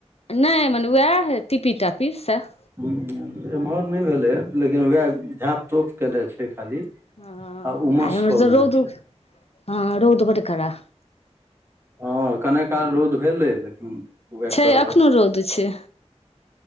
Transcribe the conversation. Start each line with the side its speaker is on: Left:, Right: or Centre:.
Left: नहि मने उएह टीपी टापी सयह
Right: ह एम्हर नहि भेलै लेकिन उएह झाँप तोप कयने छै खाली
Left: ह
Right: आ उमस
Left: आइ ईमहर
Right: कऽ
Left: त
Right: देने
Left: रौद
Right: छै
Left: हँ रौद बड़ करा
Right: हँ कने काल रौद भेलै लेकिन उह
Left: छै
Right: कर
Left: एखनो
Right: गर
Left: रौद छै